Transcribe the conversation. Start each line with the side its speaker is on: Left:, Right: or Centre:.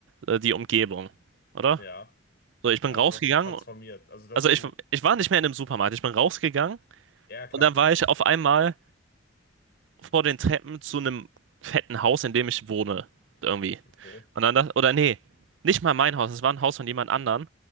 Right: äh, die Umgebung, oder?
Left: Ja,
Right: So, ich bin
Left: also
Right: rausgegangen,
Left: was heißt transformiert? Also, dass
Right: also
Left: du.
Right: ich, ich war nicht mehr in einem Supermarkt, ich bin rausgegangen
Left: Ja, klar,
Right: und dann
Left: okay,
Right: war
Left: das
Right: ich auf
Left: Gimmick.
Right: einmal vor den Treppen zu einem fetten Haus, in dem ich wohne, irgendwie.
Left: Okay.
Right: Und dann das, oder nee, nicht mal mein Haus, es war ein Haus von jemand anderem,